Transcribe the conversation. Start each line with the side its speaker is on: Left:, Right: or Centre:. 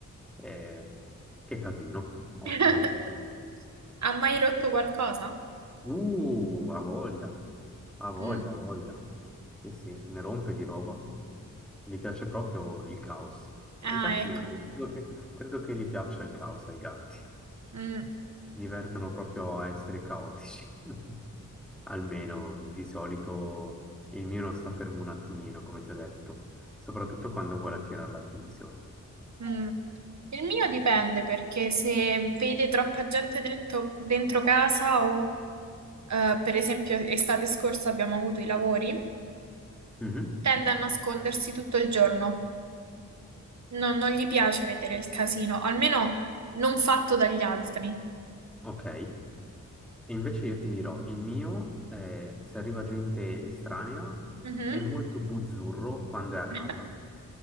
Centre: Eh, che casino, ottimo.
Right: <laughs> Ha mai rotto qualcosa?
Centre: Uh, ha voglia, ha voglia,
Right: Mm.
Centre: ha voglia. Eh sì, ne rompe di roba. Gli piace proprio il caos.
Right: Ah,
Centre: Ma i gatti,
Right: ecco.
Centre: credo che, credo che gli piaccia il caos ai gatti.
Right: Mm.
Centre: si divertono proprio a essere caotici. <laughs> Almeno di solito il mio non sta fermo un attimino, come ti ho detto, soprattutto quando vuole attirare l'attenzione.
Right: Mm. Il mio dipende perché se vede troppa gente dentro, dentro casa o eh, per esempio estate scorsa abbiamo avuto i lavori,
Centre: Mhm,
Right: tende a nascondersi tutto il giorno. Non, non gli piace vedere il casino, almeno non fatto dagli altri.
Centre: Ok. E invece io ti dirò, il mio, eh, se arriva gente estranea,
Right: Mhm.
Centre: è molto buzzurro quando è a casa.
Right: <laughs>